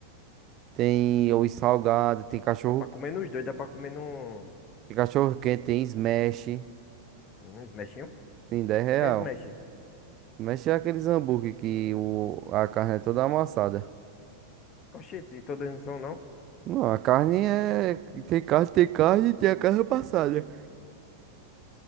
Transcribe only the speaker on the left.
dá pra comer nos dois, dá pra comer num,
num smashinho?
O que é smash?
Oxente, e todas não são, não?